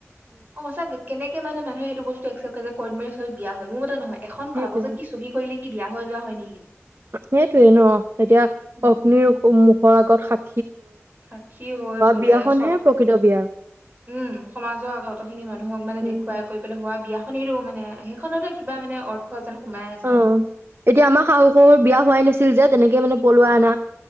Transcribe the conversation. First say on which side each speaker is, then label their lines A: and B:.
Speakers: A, on the right; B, on the right.
A: অ সচাকে কেনেকে মানে মানুহে সেইটো বস্তু একচেপ-। কৰ্ট মেৰেজত বিয়া হল মোৰ মতে নহয়। এখন
B: সেইটোয়ে
A: কাগজত কি চহী কৰিলে-। ই বিয়া হৈ যোৱা হয় নি?
B: সেইটোয়ে ন'এতিয়া
A: উম
B: অগ্নিৰ মুখৰ আগত সা
A: সাক্ষী হৈ পেলায়
B: বিয়াখনহে
A: চব
B: প্ৰকৃত বিয়া
A: <inaudible> উম সমাজৰ আগত অতখিনি মানুহক মানে
B: উম
A: দেখুৱাই কৰি পেলাই হোৱা বিয়া। খনিৰো মানে সেইখনতে কিবা মানে অৰ্থ যেন সোমাই আছে
B: অহ, এতিয়া আমাৰ শাহু- শহুৰ বিয়া হোৱাই নাছিল যে তেনেকে মানে পলোৱাই আনা।